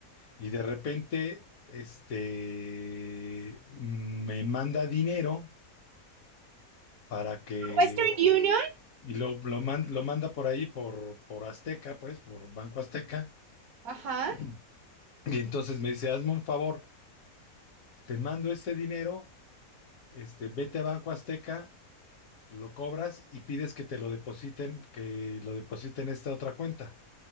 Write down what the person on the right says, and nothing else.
Western Union,
ajá.